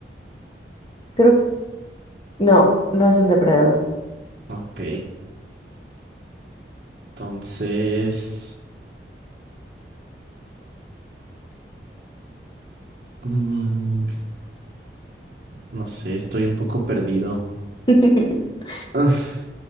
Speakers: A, on the left (about 25°); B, on the right (about 50°).
A: creo no, no es un depredador.
B: Ok, entonces... mm, no sé, estoy un poco perdido.
A: <laughs>
B: Ah,